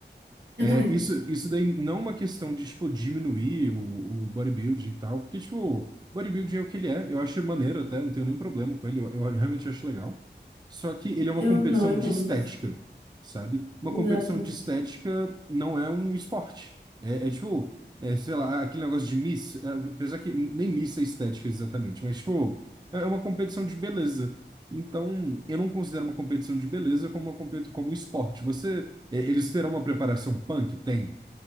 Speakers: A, on the right (about 65°); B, on the right (about 25°).
A: Eu
B: É,
A: também.
B: isso, isso daí não é uma questão de, tipo, diminuir o, o bodybuilding e tal, porque, tipo, bodybuilding é o que ele é, eu acho maneiro até, não tenho nenhum problema com ele, eu, eu realmente acho legal. Só que ele é uma
A: Eu,
B: competição
A: não, eu tenho.
B: de estética, sabe? Uma
A: Exato.
B: competição de estética não é um esporte. É, é tipo, é, sei lá, aquele negócio de Miss, é, apesar que nem Miss é estética exatamente, mas, tipo, é é uma competição de beleza. Então, eu não considero uma competição de beleza como uma competição, como um esporte. Você e- Eles terão uma preparação punk? Tem.